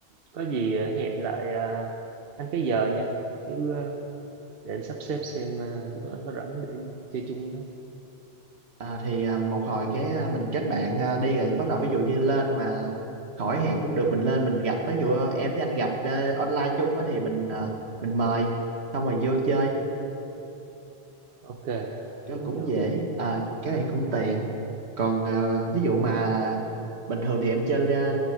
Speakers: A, on the right (about 65°); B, on the right (about 80°).
A: có gì à, hẹn lại à, anh cái giờ nha. Chứ à, để anh sắp xếp xem à, lúc đó anh có rảnh để chơi chung nữa.
B: à, thì à, một hồi cái à, mình kết bạn à, đi rồi bắt đầu ví dụ như lên mà khỏi hẹn cũng được mình lên mình gặp ví dụ em với anh gặp à, online chung á thì mình à, mình mời xong rồi vô chơi
A: Ok, cũng
B: cái cũng
A: được
B: dễ à, cái này cũng tiện còn ờ, ví dụ mà bình thường thì em chơi ờ,